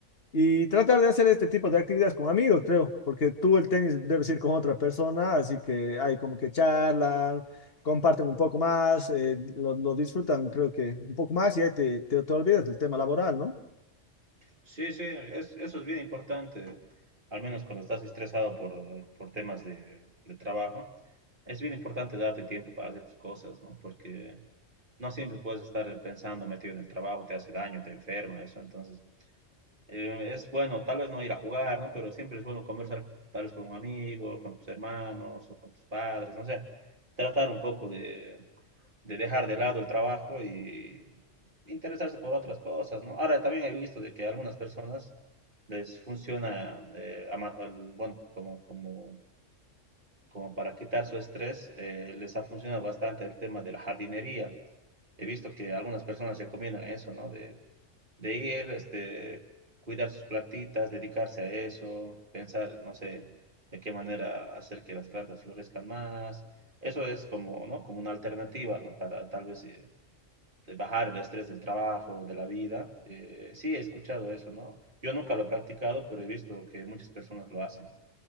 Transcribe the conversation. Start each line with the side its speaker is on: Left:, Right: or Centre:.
Left: Y tratar de hacer este tipo de actividades con amigos, creo, porque tú el tenis debes ir con otra persona, así que hay como que charlan, comparten un poco más, eh, lo, lo disfrutan, creo que un poco más y ahí te, te, te olvidas del tema laboral, ¿no?
Right: Sí, sí, es- eso es bien importante, al menos cuando estás estresado por, eh, por temas de, de trabajo, es bien importante darte tiempo para hacer tus cosas, ¿no? Porque no siempre puedes estar eh, pensando metido en el trabajo, te hace daño, te enferma, eso, entonces eh, es bueno, tal vez no ir a jugar, ¿no? Pero siempre es bueno conversar tal vez con un amigo, con tus hermanos o con tus padres, no sé, tratar un poco de, de dejar de lado el trabajo y interesarse por otras cosas, ¿no? Ahora también he visto de que a algunas personas les funciona, eh, ama- el- bueno, como, como, como para quitar su estrés, eh, les ha funcionado bastante el tema de la jardinería. He visto que algunas personas recomiendan eso, ¿no? De, de ir, este, cuidar sus plantitas, dedicarse a eso, pensar, no sé, de qué manera hacer que las plantas florezcan más. Eso es como, ¿no? Como una alternativa, ¿no? Para tal vez... eh, de bajar el estrés del trabajo, de la vida. Eh, sí, he escuchado eso, ¿no? Yo nunca lo he practicado, pero he visto que muchas personas lo hacen.